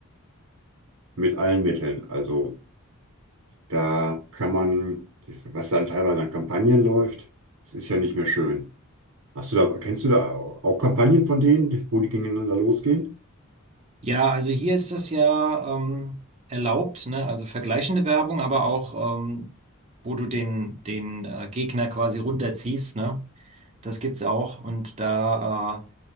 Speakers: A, on the right (about 75°); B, on the right (about 30°).
A: mit allen Mitteln. Also da kann man, was dann teilweise an Kampagnen läuft, das ist ja nicht mehr schön. Hast du da, kennst du da auch Kampagnen von denen, wo die gegeneinander losgehen?
B: Ja, also hier ist das ja ähm, erlaubt, ne? Also vergleichende Werbung, aber auch, ähm, wo du den, den äh, Gegner quasi runterziehst, ne? Das gibt's auch. Und da